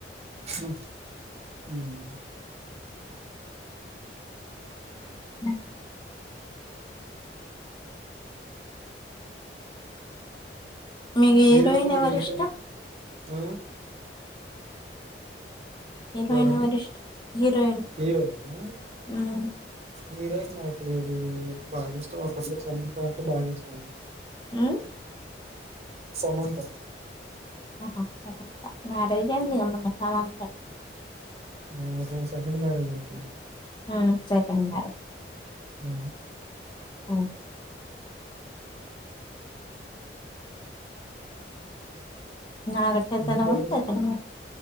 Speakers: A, on the right; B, on the left.
A: ఉమ్ ఉమ్
B: <inaudible> మీకు హీరోయిన్
A: సీరియల్స్ మరి
B: ఎవరు
A: ఏంటి?
B: ఇష్టం
A: ఆ
B: హీరోయిన్
A: ఎవరండి?
B: ఎవరిష్టం హీరోయిన్
A: హీరోయినా?
B: ఉమ్
A: హీరోయిన్ నాకూ బాగా ఇష్టం అప్పట్లో సమంత అంటే బాగా ఇష్టం అండి
B: ఉమ్
A: సమంత
B: ఆహా <unintelligible> పెళ్లి అయింది అనుకుంట సమంతకి
A: ఉమ్ అవును సెకండ్ మ్యారేజ్ అండి
B: ఉమ్ సెకెండ్ మ్యారేజ్
A: ఉమ్
B: ఉమ్ అడా
A: మీకెవరు
B: <unintelligible>
A: ఇష్టం?